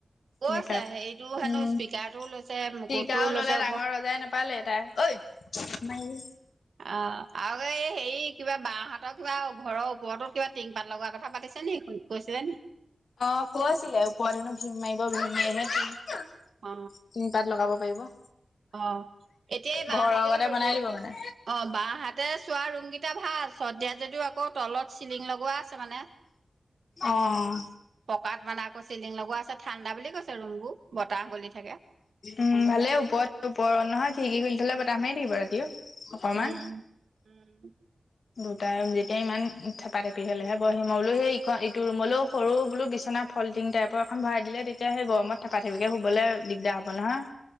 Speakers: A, on the right; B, on the left.
A: কৈছে
B: মেকআপ,
A: হেৰিটো হেনো
B: উম,
A: স্পীকাৰটোও
B: টিকাও
A: লৈছে মুকুটটোও লৈছে
B: ললে
A: ওপ
B: ডাঙৰ
A: অ
B: ৰজাই নাপালে তাই ঐ! মাই
A: অ' আকৌ এই হেৰি কিবা বা হাতৰ কিবা ঘৰৰ ওপৰতো কিবা টিং পাত লগোৱা কথা পাতিছে নি কৈছিলে নি?
B: অ' কয় আছিলে আৰু ওপৰত হেনো ভিম মাৰিব, ভিম মাৰিহে টিন
A: অ
B: পাত লগাব পাৰিব।
A: অ' এতিয়াই বাহাতে
B: ঘৰৰ আগতে
A: ললো
B: বনাই দিব মানে।
A: অ' বা হাতে চোৱা ৰুম কেইটা ভাল চদ দিয়া যদিও আকৌ তলত চিলিং লগোৱা আছে মানে।
B: অ'।
A: পকাত মানে আকৌ চিলিং লগোৱা আছে। ঠাণ্ডা বুলি কৈছে ৰুমবোৰ। বতাহ বলি থাকে
B: উম' ভালে ওপৰত, ওপৰত নহয় খৰিকি খুলি থলে বতাহ মাৰি থাকিব ৰাতিও। অকমান।
A: উম, উম
B: দুটা ৰুম যেতিয়া ইমান থেপা থেপি হলেহে বৰহি মই বোলো সেই ই ইটো ৰুমলৈও সৰু বোলো বিচ- না ফল্টিং টাইপৰ এখন ভৰাই দিলে তেতিয়া সেই গৰমত থেপা- থেপিকে শুবলে দিগদাৰ হ'ব নহয়।